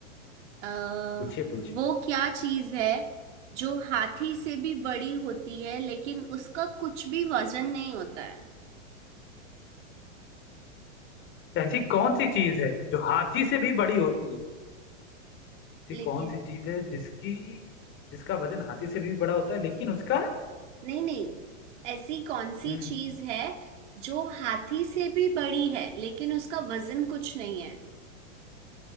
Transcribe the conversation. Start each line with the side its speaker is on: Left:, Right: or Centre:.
Right: अ,
Left: पूछिए पूछिए
Right: वो क्या चीज है जो हाथी से भी बड़ी होती है लेकिन उसका कुछ भी वजन नहीं होता है
Left: ऐसी कौन सी चीज है जो हाथी से भी बड़ी होती है ऐसी
Right: लेकिन
Left: कौन सी चीज है जिसकी जिसका वजन हाथी से भी बड़ा होता है लेकिन उसका
Right: नहीं नहीं ऐसी कौन सी
Left: हम्म
Right: चीज है जो हाथी से भी बड़ी है लेकिन उसका वजन कुछ नहीं है